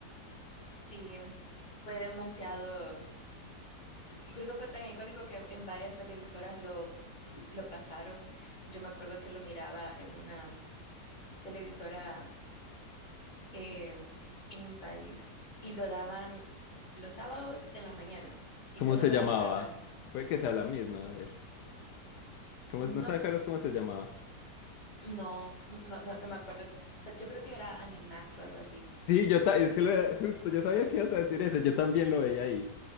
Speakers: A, on the left; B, on the left.
A: sí, fue demasiado. Y creo que fue tan icónico que en varias televisoras lo, lo pasaron. Yo me acuerdo que lo miraba en una televisora eh, en mi país y lo daban los sábados en la mañana. Y
B: ¿Cómo
A: siempre
B: se
A: me
B: llamaba?
A: levantaba.
B: Puede que sea la misma, a ver. ¿Cómo,
A: No,
B: no sabes cuál es cómo se llamaba?
A: no, no, no, no me acuerdo. Yo creo que era Animax o algo así.
B: Sí, yo ta- es que lo- justo, yo sabía que ibas a decir eso, yo también lo veía ahí.